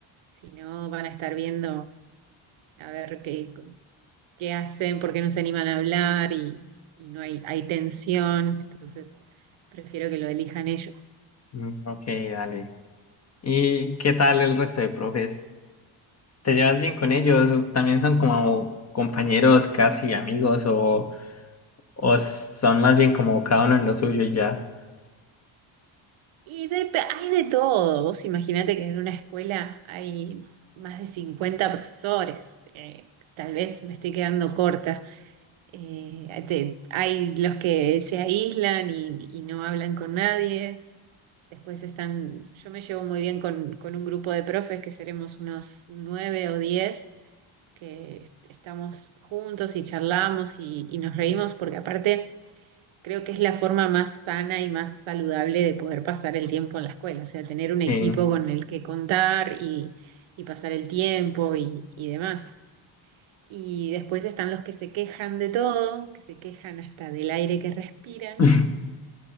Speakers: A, on the right (about 75°); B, on the left (about 30°).
A: Si no, van a estar viendo a ver qué, qué hacen, por qué no se animan a hablar y, y no hay, hay tensión. Entonces, prefiero que lo elijan ellos.
B: mm, ok, dale. ¿Y qué tal el resto de profes? ¿Te llevas bien con ellos? ¿También son como compañeros, casi amigos o, o son más bien como cada uno en lo suyo y ya?
A: Y de- hay de todo. Vos imaginate que en una escuela hay más de 50 profesores. Eh, tal vez me estoy quedando corta. Eh, te- hay los que se aíslan y, y no hablan con nadie. Después están, yo me llevo muy bien con, con un grupo de profes que seremos unos nueve o diez, que est- estamos juntos y charlamos y, y nos reímos, porque aparte creo que es la forma más sana y más saludable de poder pasar el tiempo en la escuela, o sea, tener un equipo
B: Sí,
A: con el que contar y, y pasar el tiempo y, y demás. Y después están los que se quejan de todo, que se quejan hasta del aire que respiran.
B: <laughs>